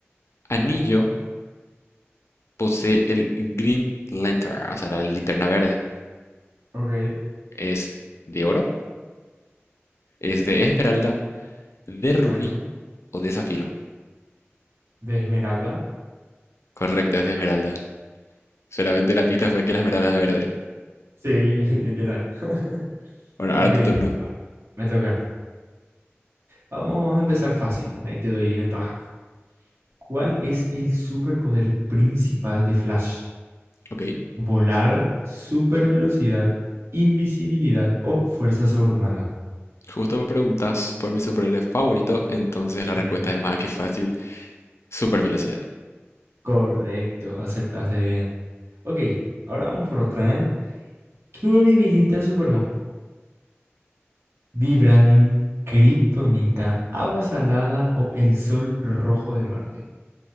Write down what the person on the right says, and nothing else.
Ok,
bueno.
De Esmeralda.
Sí, <laughs> literal. <laughs>
Ok,
ah, me toca. Vamos a empezar fácil. Ahí te doy ventaja. ¿Cuál es el superpoder principal de Flash?
Volar, supervelocidad, invisibilidad o fuerza sobrehumana.
Ok.
Correcto, acertaste bien. Ok, ahora vamos por otra, ¿eh? ¿Qué debilita a Superman? Vibranium, Kryptonita, agua salada o el sol rojo de Marte.